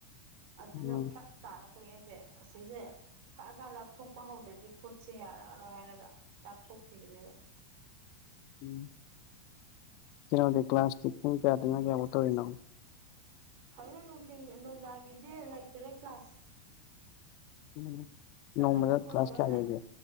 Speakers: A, on the right; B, on the left.
A: ꯑꯗꯨꯅ
B: ꯎꯝ
A: ꯐꯔꯛ ꯇꯥꯔꯛꯄꯒꯤ ꯑꯩꯁꯦ ꯑꯁꯤꯁꯦ ꯈꯛ ꯈꯥ ꯂꯥꯞꯊꯣꯛꯄ ꯍꯧꯗ꯭ꯔꯗꯤ ꯈꯨꯠꯁꯤꯦ ꯌꯥꯔꯛꯔꯣꯏ ꯍꯥꯏꯔꯒ ꯂꯥꯞꯊꯣꯛꯈꯤꯕꯅꯦꯕ
B: ꯎꯝ ꯀꯩꯅꯣꯗꯤ ꯀ꯭ꯂꯥꯁꯇꯤ ꯄꯨꯡ ꯀꯌꯥꯗꯅ ꯀꯌꯥꯃꯨꯛ ꯇꯧꯔꯤꯅꯣ
A: ꯍꯧ ꯅꯨꯡꯊꯤꯟ ꯅꯨꯡꯗꯥꯡꯒꯤꯗꯤ ꯂꯩꯇ꯭ꯔꯦ ꯀ꯭ꯂꯥꯁ
B: ꯎꯝ
A: ꯆꯥꯛ
B: ꯅꯣꯡꯃꯗ
A: ꯆꯥ ꯇꯣꯛꯄ
B: ꯀ꯭ꯂꯥꯁ
A: ꯂꯣꯏꯕ
B: ꯀꯌꯥ
A: ꯂꯩ
B: ꯂꯩꯒꯦ